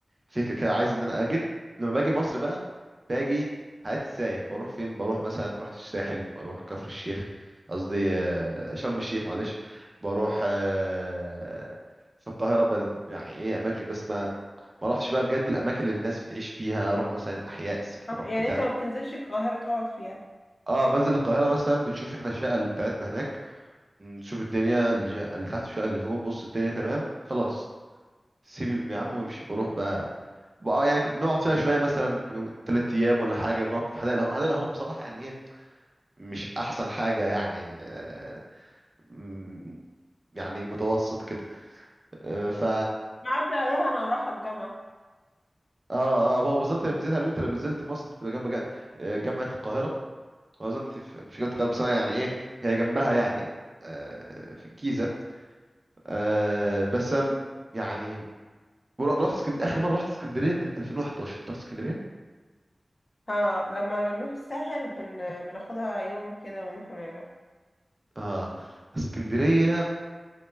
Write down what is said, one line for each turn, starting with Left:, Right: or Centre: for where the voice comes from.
Right: فكره كده عايز ان انا اجيت لما باجي مصر بقى باجي حياتي سايح بروح فين بروح مثلا رحت الساحل بروح كفر الشيخ قصدي آه، شرم الشيخ معلش بروح آه، في القاهره بلد يعني ايه اماكن بس ما ما رحتش بقى بجد الاماكن اللي الناس بتعيش فيها اروح مثلا الاحياء السكن
Left: آه،
Right: اروح
Left: يعني
Right: بتاع
Left: انت ما بتنزلش القاهرة تقعد فيها
Right: اه بنزل القاهره مثلا بنشوف احنا الشقه اللي بتاعتنا هناك نشوف الدنيا الج- اللي تحت والشقه اللي فوق بص الدنيا تمام خلاص سيب يا عم وامشي بروح بقى بقى آه، يعني كنت بنقعد فيها شويه مثلا يوم تلات ايام ولا حاجه بنقعد في حدائق الاهرام حدائق الاهرام بصراحه يعني ايه مش احسن حاجه يعني آه، م- يعني متوسط كده آه، ف
Left: بعدي عليها انا ورايحة الجامعة
Right: اه اه هو بالظبط لما نزلت قالوا لي انت لو نزلت مصر انت تبقى جنب جا- آه، جامعه القاهره واظن انت في- مش جامعه القاهره بس أنا يعني ايه هي جنبها يعني آه، في الجيزه آه، بس أم- يعني ورحت اسكندريه اخر مره رحت اسكندريه كانت 2011 رحت اسكندريه
Left: اه لما بنروح الساحل بن... بناخدها يوم كده ونروح ونرجع
Right: اه اسكندريه